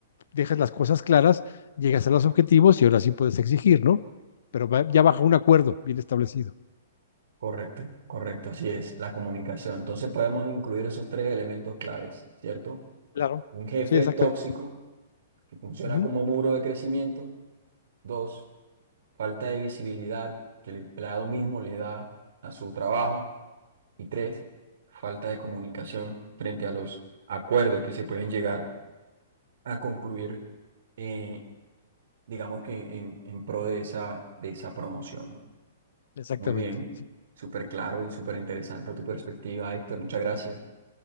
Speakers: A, on the left; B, on the right.
A: dejas las cosas claras, llegas a los objetivos y ahora sí puedes exigir, ¿no? Pero va- ya bajo un acuerdo bien establecido.
B: Correcto, correcto, así es, la comunicación. Entonces podemos incluir esos tres elementos claves, ¿cierto?
A: Claro,
B: Un jefe
A: sí, exactamente.
B: tóxico que funciona
A: Ujú,
B: como muro de crecimiento. Dos, falta de visibilidad que el empleado mismo le da a su trabajo. Y tres, falta de comunicación frente a los acuerdos que se pueden llegar a concluir, eh, digamos que en, en pro de esa, de esa promoción.
A: Exactamente.
B: Muy bien,
A: sí.
B: súper claro y súper interesante tu perspectiva, Héctor. Muchas gracias.